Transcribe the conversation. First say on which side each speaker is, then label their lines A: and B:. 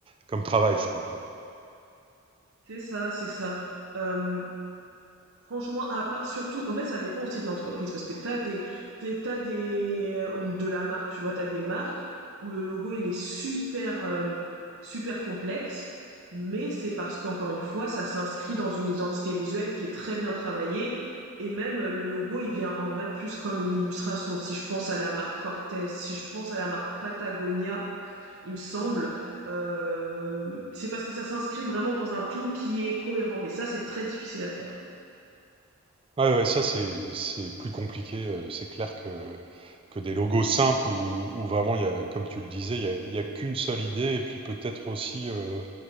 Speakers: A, on the right (about 25°); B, on the right (about 70°).
A: comme travail, je trouve.
B: C'est ça, c'est ça. Euh, Franchement, à part surtout, en fait, ça dépend aussi de l'entreprise parce que t'as des, t'es- t'as des, euh, ou de la marque, tu vois, t'as des marques où le logo il est super, euh, super complexe, mais c'est parce qu'encore une fois, ça s'inscrit dans une identité visuelle qui est très bien travaillée et même euh, le logo il vient en vrai plus comme une illustration. Si je pense à la marque Cortez, si je pense à la marque Patagonia, il me semble. Euh, c'est parce que ça s'inscrit vraiment dans un tout qui est cohérent, mais ça, c'est très difficile à faire.
A: Ouais, ouais, ça c'est c'est plus compliqué, heu, c'est clair que que des logos simples où où vraiment il y a comme tu le disais, il y a il y a qu'une seule idée et puis peut-être aussi, heu